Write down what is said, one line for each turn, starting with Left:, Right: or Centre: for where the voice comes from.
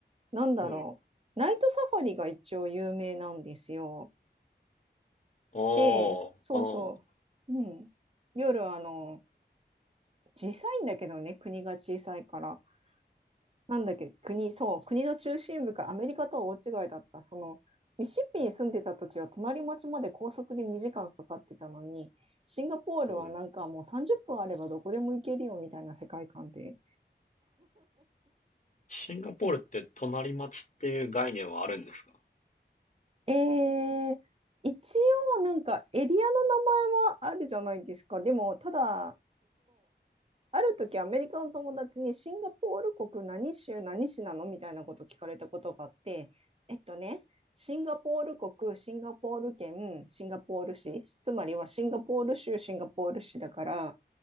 Right: なんだろう。
Left: な。はい。
Right: ナイトサファリが一応有名なんですよ。
Left: ああ、
Right: で、そうそう。
Left: あの、
Right: うん。夜、あの、小さいんだけどね、国が小さいから。なんだっけ、国、そう、国の中心部か、アメリカとは大違いだった。その、ミシシッピに住んでた時は隣町まで高速で2時間かかってたのに、シンガポールはなんかもう30分あればどこでも行けるよみたいな世界観で。
Left: はいシンガポールって隣町っていう概念はあるんですか
Right: えー、一応なんかエリアの名前はあるじゃないですか。でも、ただ、ある時アメリカの友達にシンガポール国何州何市なのみたいなこと聞かれたことがあって、えっとね、シンガポール国、シンガポール県、シンガポール市、つまりはシンガポール州、シンガポール市だから、